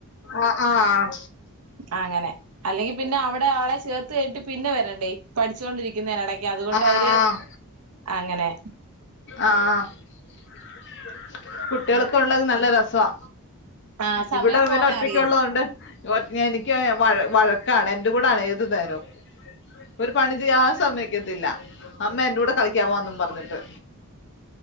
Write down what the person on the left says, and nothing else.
ആഹ് ആഹ്
ആഹ്
ആഹ്
ആഹ് <inaudible> കുട്ടികൾക്ക ഒള്ളത് നല്ല രസവാ
ഇവിടെ ഇവൻ
ഒറ്റയ്ക്ക്
ഉള്ളതോണ്ട് എനിക്കങ്ങ് വഴ വഴക്കാണ് എന്റെ കൂടാണ് ഏത് നേരവും ഒരു പണി ചെയ്യാനും സമ്മയ്ക്കത്തില്ല അമ്മ എന്റെ കൂടെ കളിക്കാൻ വാ എന്നും പറഞ്ഞിട്ട്